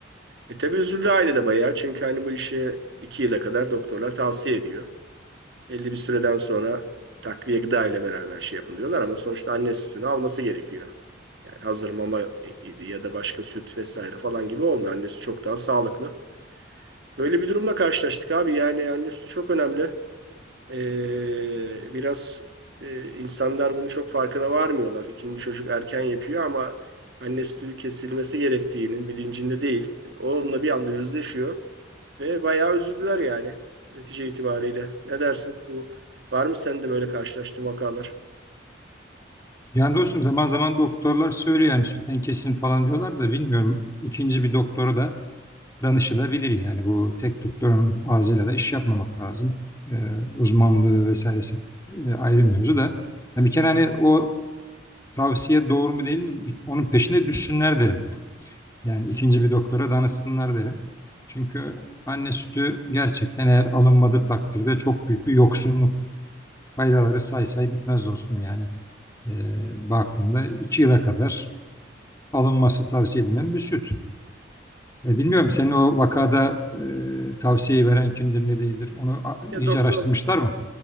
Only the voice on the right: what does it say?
E tabii üzüldü aile de bayağı çünkü hani bu işi 2 yıla kadar doktorlar tavsiye ediyor. Belli bir süreden sonra takviye gıda ile beraber şey yapın diyorlar ama sonuçta anne sütünü alması gerekiyor. Yani hazır mama idi ya da başka süt vesaire falan gibi olmuyor. Anne sütü çok daha sağlıklı. Böyle bir durumla karşılaştık abi. Yani anne sütü çok önemli. Ee, biraz e, insanlar bunu çok farkına varmıyorlar. İkinci çocuk erken yapıyor ama anne sütü kesilmesi gerektiğinin bilincinde değil. o Onunla bir anda yüzleşiyor ve bayağı üzüldüler yani netice itibariyle. Ne dersin? Bu var mı sende böyle karşılaştığın vakalar?
Ya doktor